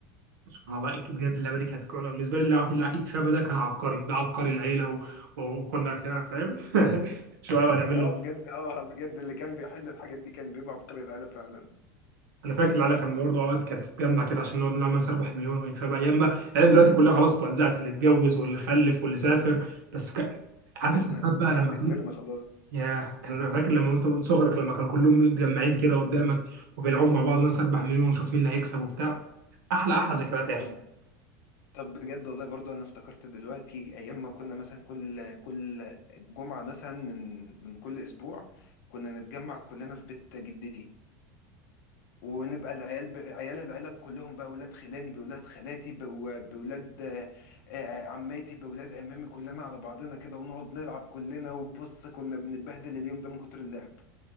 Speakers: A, on the right (about 80°); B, on the left (about 75°).
A: سبحان الله بجد اللعبه دي كانت كولا بالنسبه لي اللي عارف اللي يكسبها ده كان عبقري ده عبقري العيله و... وكنا كده فاهم <laughs> شويه ونعمل
B: اه
A: له
B: بجد اه بجد اللي كان بيحل الحاجات دي كان بيبقى عبقري العيله فعلا
A: انا فاكر العيله كان برضه اوقات كانت تتجمع كده عشان نقعد نلعب نسربح مليون ونكسبها ايام بقى العيله دلوقتي كلها خلاص اتوزعت اللي اتجوز واللي خلف واللي سافر بس ك... عارف
B: كبرنا
A: انت ذكريات بقى
B: بجد
A: لما
B: كبرنا خلاص
A: ياه كان فاكر لما انت وانت صغرك لما كانوا كلهم متجمعين كده قدامك وبيلعبوا مع بعض ننسى 4 مليون ونشوف مين اللي هيكسب وبتاع احلى احلى ذكريات يا اخي
B: طب طب بجد والله برضه انا افتكرت دلوقتي ايام ما كنا مثلا كل كل جمعه مثلا من من كل اسبوع كنا نتجمع كلنا في بيت جدتي ونبقى العيال ب... عيال العيله كلهم بقى اولاد خلاني باولاد خالاتي بو- باولاد آه، آه، عماتي باولاد عمامي كلنا على بعضنا كده ونقعد نلعب كلنا وبص كنا بنتبهدل اليوم ده من كتر اللعب